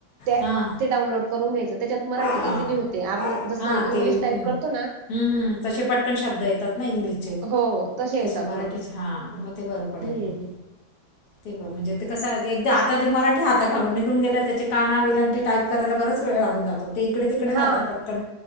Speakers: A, on the right; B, on the left.
A: ते
B: हां
A: ते डाऊनलोड, करून घ्यायच त्याच्यात मराठी
B: हा
A: इझिली होते आपण जसं
B: हा
A: इंग्लिश
B: ते
A: टाईप
B: हम्
A: करतो ना
B: हम् तसे पटकन शब्द येतात ना इंग्लिशचे
A: हो
B: तसे
A: येतात
B: मराठीचे
A: मग
B: हा मग ते बरं पडेल
A: हम्म
B: मग ते ब म्हणजे ते कसं एकदा आता ते मराठी हाता खालून निघून गेला त्याचे काना विलांटी टाईप करायला बराच वेळ ते इकडे तिकडे राहतात
A: हा
B: पटकन